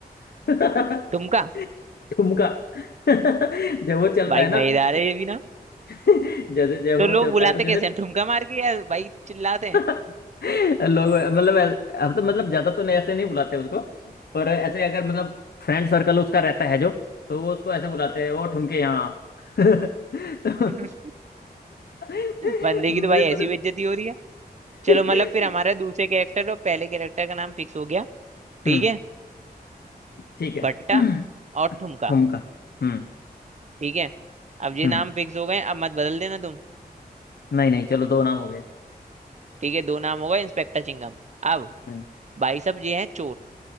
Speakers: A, on the left (about 75°); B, on the right (about 45°).
A: <laughs>
B: ठुमका
A: ठुमका <laughs> जब वो चलता
B: भाई
A: है ना
B: मजेदार है
A: तो
B: ये भी ना
A: <laughs> जैसे जब
B: तो
A: वो
B: लोग
A: चलता
B: बुलाते
A: है तो जैसे
B: कैसे हैं ठुमका मार के या भाई चिल्लाते हैं
A: <laughs> लोग मतलब ऐसे- अब तो मतलब ज्यादा तो नहीं ऐसे नहीं बुलाते उसको पर ऐसे अगर मतलब फ्रेंड सर्कल उसका रहता है जो तो वो उसको ऐसे बुलाते हैं वो ठुमके यहाँ <laughs> तो
B: <laughs>
A: <laughs>
B: बंदे
A: मुझे
B: की तो भाई ऐसी
A: पता
B: बेइज्जती हो रही है चलो
A: <laughs>
B: मतलब फिर हमारा दूसरे कैरेक्टर और पहले कैरेक्टर का नाम फिक्स हो गया ठीक
A: हम्म
B: है
A: ठीक है
B: भट्टा
A: <clears throat>
B: और ठुमका
A: ठुमका हम्म
B: ठीक है अब ये
A: हम्म
B: नाम फिक्स हो गए अब मत बदल देना तुम
A: नहीं नहीं चलो दो नाम हो गए
B: ठीक है दो नाम हो गए इंस्पेक्टर चिंगम अब
A: हम्म
B: भाई साहब ये है चोर